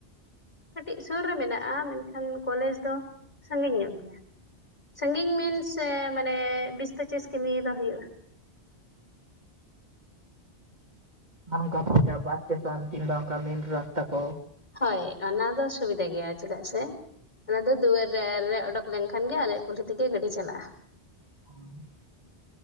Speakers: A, on the left; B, on the right.
A: ᱠᱟᱹᱴᱤᱡ ᱥᱩᱨ ᱨᱮ ᱢᱮᱱᱟᱜ-ᱟ, ᱢᱮᱱᱠᱷᱟᱱ ᱠᱚᱞᱮᱡᱽ ᱛᱚ ᱥᱟᱺᱜᱤᱧ ᱧᱚᱜ ᱜᱮᱭᱟ ᱥᱟᱺᱜᱤᱧ ᱢᱤᱱᱥ ᱥᱮ ᱢᱟᱱᱮ ᱵᱤᱥ ᱯᱚᱪᱤᱥ ᱠᱤᱢᱤ ᱫᱚ ᱦᱩᱭᱩᱜ-ᱟ᱾
B: ᱟᱨ ᱚᱱᱠᱟ ᱵᱟᱥ ᱥᱴᱮᱥᱚᱱ ᱠᱤᱝᱵᱟ ᱚᱱᱠᱟ ᱢᱮᱱ ᱨᱟᱥᱛᱟ ᱠᱚ
A: ᱦᱳᱭ, ᱚᱱᱟ ᱫᱚ ᱥᱩᱵᱤᱫᱟ ᱜᱮᱭᱟ, ᱪᱮᱫᱟᱜ ᱥᱮ ᱚᱱᱟ ᱫᱚ ᱫᱩᱣᱟᱹᱨ ᱨᱮ ᱨᱮ ᱚᱰᱚᱠ ᱞᱮᱱᱠᱷᱟᱱ ᱜᱮ ᱟᱞᱮᱭᱟᱜ ᱠᱩᱞᱦᱤ ᱛᱮᱜᱮ ᱜᱟᱹᱰᱤ ᱪᱟᱞᱟᱜ-ᱟ᱾
B: <inaudible>